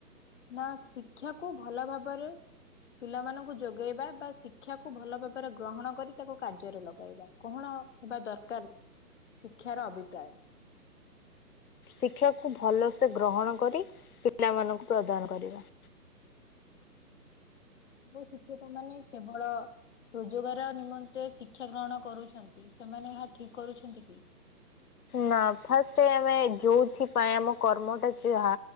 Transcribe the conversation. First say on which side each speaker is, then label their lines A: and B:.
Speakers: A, on the left; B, on the left.
A: ନା ଶିକ୍ଷାକୁୁ ଭଲ ଭାବରେ ପିଲାମାନଙ୍କୁ ଯୋଗେଇବା ବା ଶିକ୍ଷାକୁ ଭଲ ଭାବ ଗ୍ରହଣ କରି ତାକୁ କାର୍ଯ୍ୟରେ ଲଗେଇବା କଣ ହେବା ଦରକାର ଶିକ୍ଷାର ଅଭି <unintelligible>
B: ଶିକ୍ଷାକୁ ଭଲସେ ଗ୍ରହଣ କରି ପିଲାମାନଙ୍କୁ ପ୍ରଦାନ କରିବା
A: ଯ ଶିକ୍ଷକ ମାନେ କେବଳ ରୋଜଗାର ନିମନ୍ତେ ଶିକ୍ ଶିକ୍ଷା ଗ୍ରହଣ କରୁଛନ୍ତି ସେମାନେ ଏହା ଠିକ କରୁଛନ୍ତି କି?
B: ନା ଫାଷ୍ଟ ଆମେ ଯୋଉଥିପାଇ ଆମ କର୍ମଟା ଯାହା